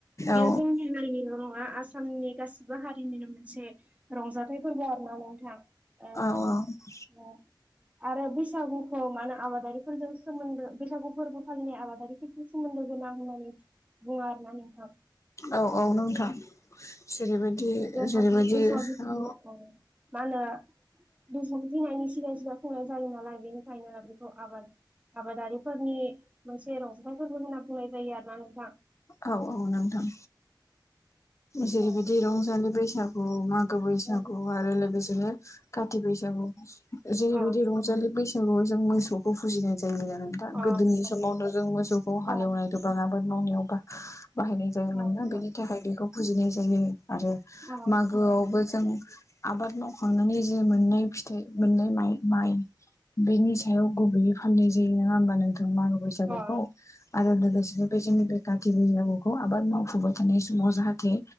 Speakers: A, on the right; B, on the left.
A: बेयो
B: औ
A: जोंनि हारिल' नङा आसाम आसामनि गासिबो हारिनिनो मोनसे रंजाथाइ फोरबो आरो ना नोंथां ओ
B: औ
A: ओ आरो बैसागुखौ मानो आबादारिफोरजों सोमोन्दो बैसागु फोरबो फालिनाय आबादारिफोरजों सोमोन्दो गोनां होननानै बुङो आरो ना नोंथां
B: औ औ नोंथां जेरैबायदि
A: जोंहा
B: जेरैबायदि
A: बेसाद
B: औ
A: बस्थु मा होनो बेसब गिनायनि सिगां सिगां खुंनाय जायो नालाय बेनिखायनो बेखौ आबाद आबादारि फोरनि मोनसे रंजथाइफोरबो होनना बुंनाय जायो आरो ना नोंथां
B: औ औ नोंथां जेरैबायदि
A: औ
B: रंजालि बैसागु मा बैसागु
A: औ
B: आरो लोगोसेनो काति बैसागु जेरैबायदि
A: अ
B: रंजालि बैसागु औ जों मोसौखौ फुजिनाय जायो जायो नोंथां
A: अ
B: गोदोनि
A: अ
B: समावनो जों मोसौखौ हालेवनाय
A: नोंथां
B: गोबां आबाद मावनायाव बा बाहायनाय जायो मोन
A: अ नोंथां
B: बेनि थाखाय बेखौ फुजिनाय जायो आरो
A: अ
B: मागोआवबो जों आबाद मावखांनानै जे मोननाय फिथाइ मोननाय माइ बेनि सायाव गुबैयै फालिनाय जायो नोङा होमबा नोंथां मागो बैसागुखौ
A: अ
B: आरो लोगोसे बे जोंनि बे काति बैसागुखौ आबाद मावफुबाय थानाय समाव जाहाथे